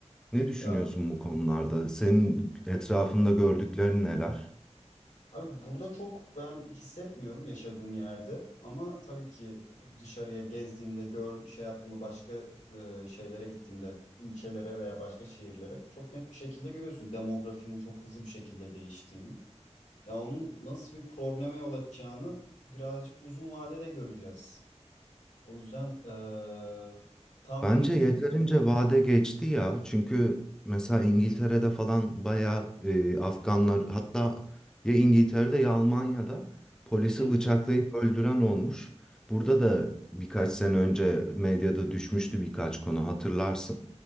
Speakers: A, in the centre; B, on the left.
A: Ne düşünüyorsun
B: Ya
A: bu konularda? Senin etrafında gördüklerin neler?
B: abi burada çok ben hissetmiyorum yaşadığım yerde ama tabii ki dışarıya gezdiğimde gör şey yaptığımda başka e, şeylere gittiğimde ilçelere veya başka şehirlere çok net bir şekilde görüyorsun demografinin çok hızlı bir şekilde değiştiğini. Ya onun nasıl bir probleme yol açacağını birazcık uzun vadede göreceğiz. O yüzden e, tam
A: Bence
B: emin değilim.
A: yeterince vade geçti ya. Çünkü mesela İngiltere'de falan bayağı e, Afganlar hatta ya İngiltere'de ya Almanya'da polisi
B: Hı hı,
A: bıçaklayıp öldüren olmuş. Burada da birkaç sene önce medyada düşmüştü birkaç konu hatırlarsın.